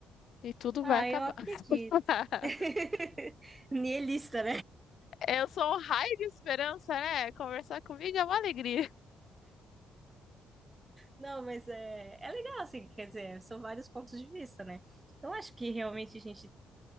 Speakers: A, on the left (about 65°); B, on the right (about 20°).
A: e tudo
B: Ah,
A: vai acabar.
B: eu acredito.
A: <laughs>
B: <laughs> Nihilista,
A: Eu sou um raio de esperança, né? Conversar comigo é uma alegria.
B: Não, mas é, é legal, assim, quer dizer, são vários pontos de vista, né? Eu acho que realmente a gente,